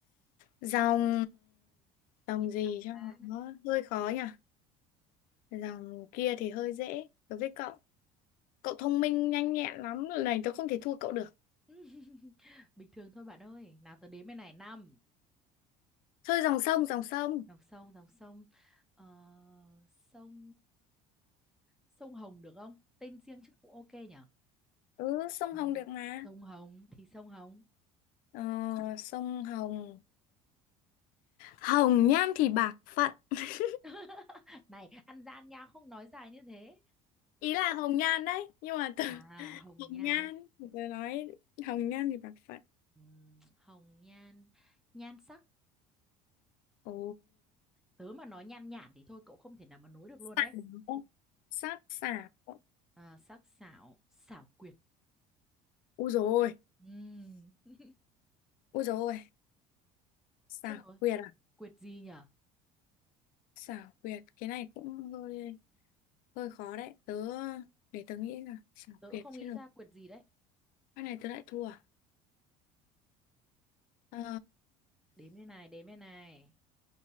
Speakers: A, on the left; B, in the centre.
A: dòng, dòng
B: nhiều
A: gì
B: dòng
A: cho
B: mà
A: nó hơi khó nhỉ? Dòng kia thì hơi dễ đối với cậu. Cậu thông minh nhanh nhẹn lắm, lần này tôi không thể thua cậu được.
B: <laughs> Bình thường thôi bạn ơi. Nào tớ đếm bên này năm.
A: Thôi dòng sông, dòng sông.
B: Dòng sông, dòng sông. Ờ, sông sông Hồng được không? Tên riêng chứ cũng ok nhở?
A: Ừ, sông
B: Ừ.
A: Hồng được mà.
B: Sông Hồng thì sông Hồng.
A: Ờ, sông Hồng. Hồng nhan thì bạc phận. <laughs>
B: <laughs> Này, ăn gian nha, không nói dài như thế.
A: Ý là Hồng Nhan đấy, nhưng mà từ
B: À,
A: <laughs>
B: hồng
A: Hồng
B: nhan.
A: Nhan, tôi nói Hồng Nhan thì bạc phận.
B: Ừm, hồng nhan, nhan sắc.
A: Ồ,
B: Tớ mà nói nhan nhản thì thôi cậu không thể nào mà nối được luôn
A: Xảo.
B: đấy.
A: sát xảo.
B: À, sắc sảo, xảo quyệt.
A: Úi rồi ôi.
B: Ừm, <laughs>
A: rồi dồi ôi. Xảo
B: Chết rồi,
A: quyệt à?
B: quyệt gì nhở?
A: Xảo quyệt. Cái này cũng hơi hơi khó đấy. Tớ để tớ nghĩ là xảo
B: Tớ
A: quyệt
B: cũng không
A: chết
B: nghĩ
A: rồi.
B: ra quyệt gì đấy.
A: Cái này tớ lại thua à? Ờ,
B: Đếm đây này, đếm đây này.